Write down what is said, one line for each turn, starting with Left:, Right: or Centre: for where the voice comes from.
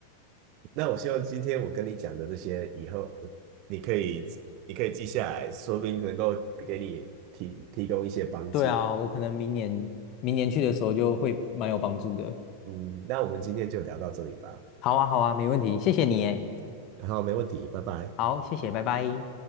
Right: 那我希望今天我跟你讲的这些，以后呃你可以你可以记下来，说不定能够给你提提供一些帮助。
Left: 对啊，我可能明年明年去的时候就会蛮有帮助的。
Right: 嗯，那我们今天就聊到这里吧。
Left: 好啊，好啊，没问题，谢谢你诶。
Right: 好，没问题，拜拜。
Left: 好，谢谢，拜拜。